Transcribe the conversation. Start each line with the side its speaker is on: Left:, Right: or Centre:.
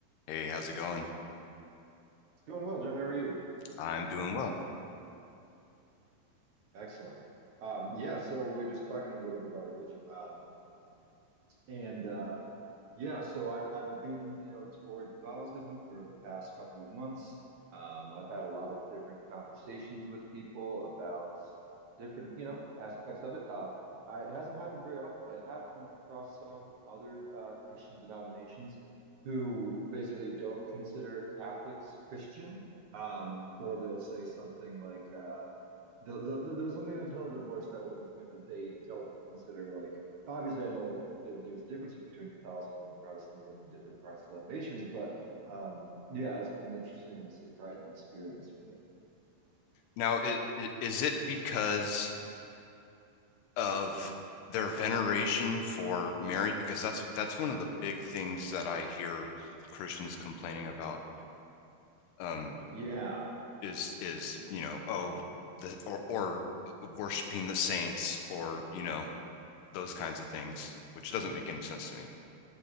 Left: Hey, how's it going?
Right: It's going well, John. How are you?
Left: I'm doing well.
Right: Excellent. Um, yeah, so we're just talking a little bit about religion. Um, and uh, yeah, so I, I've been, you know, exploring Catholicism for the past couple of months. Um, I've had a lot of different conversations with people about different, you know, aspects of it. Um, I, it hasn't happened very often, but I have come across some other uh, Christian denominations who basically don't consider Catholics Christian, um, or they'll say something like, uh, the, the, the, there was something in the tone of their voice that will intimate that they don't consider like obviously I know like th- there's differences between Catholicism and Protestantism in different Protestant nations, but um, yeah, it's been an interesting and a surprising experience for me.
Left: Now, i- i- is it because of their veneration for Mary? Because that's that's one of the big things that I hear Christians complaining about um,
Right: Yeah.
Left: is is
Right: Yeah.
Left: you know oh the, or or worshiping the saints or you know those kinds of things, which doesn't make any sense to me.